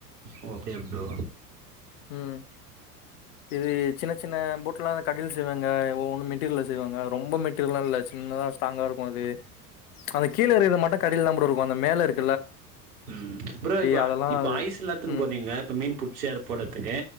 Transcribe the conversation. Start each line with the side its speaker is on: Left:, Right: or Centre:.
Right: ஓ அப்டியா ப்ரோ
Left: உம் இது சின்ன சின்ன போட்லா கடில் செய்வாங்க ஒவ்வொன்னு மெட்டீர்ல செய்வாங்க ரொம்பெ மெட்டிர்லா இல்ல சின்னதா ஸ்ட்ராங்கா இருக்கு அது அந்த கீழருக்கர மட்ட கடைலதா ப்ரோ இருக்கு அந்த மேல இருக்
Right: ம் ப்ரோ இப்ப
Left: அதெல்லாம்
Right: இப்ப
Left: அது
Right: ஐஸ்ல்லா எத்துன்னு
Left: ம்
Right: போறீங்க இப்ப மீன் புடிச்சி அதுல போட்றத்துக்கு